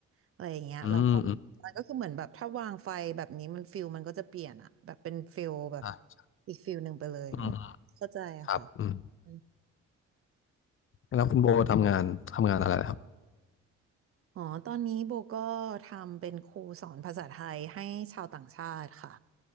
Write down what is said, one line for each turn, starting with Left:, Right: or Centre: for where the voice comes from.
Right: อะไรอย่างเงี้ยเราก็
Left: อืมอืม
Right: มันก็คือเหมือนแบบถ้าวางไฟแบบนี้มันฟิลมันก็จะเปลี่ยนอะแบบเป็นฟิลแบบ
Left: ใช่ะ
Right: อีกฟิลหนึ่งไปเลยอืมเข้าใจอะค่ะ
Left: อืมอืมครับอืม
Right: อม
Left: แล้วคุณโบทำงานทำงานอะไรครับ
Right: อ๋อตอนนี้โบก็ทำเป็นครูสอนภาษาไทยให้ชาวต่างชาติค่ะ